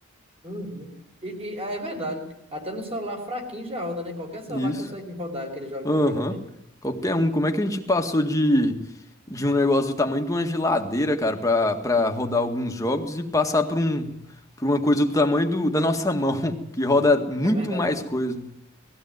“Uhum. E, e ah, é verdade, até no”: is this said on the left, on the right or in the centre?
Right